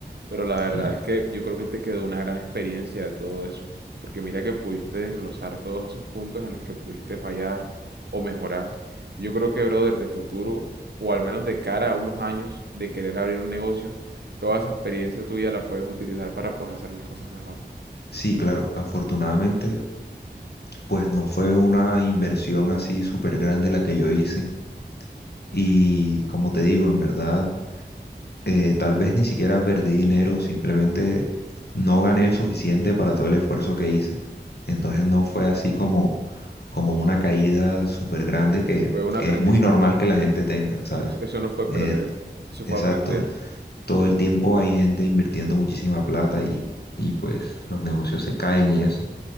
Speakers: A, on the right; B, on the left.
A: Pero la verdad
B: claro.
A: es que yo creo que te quedó una gran experiencia de todo eso, porque mira que pudiste desglosar todos esos puntos en los que pudiste fallar o mejorar. Yo creo que, brother, de futuro, o al menos de cara a unos años de querer abrir un negocio, toda esa experiencia tuya la puedes utilizar para pues hacer las cosas mejor.
B: Sí,
A: Entonces,
B: claro, afortunadamente pues no fue una inversión así súper grande la que yo hice y como te digo, en verdad eh, tal vez ni siquiera perdí dinero, simplemente no gané el suficiente para todo el esfuerzo que hice. Entonces no fue así como, como una caída súper grande que,
A: fue un aprendizaje.
B: que es muy normal que la gente tenga, ¿sabes?
A: Eso, eso no fue
B: Eh,
A: perder, eso
B: exacto,
A: fue aprender.
B: todo el tiempo hay gente invirtiendo muchísima plata y, y pues los negocios se caen y eso.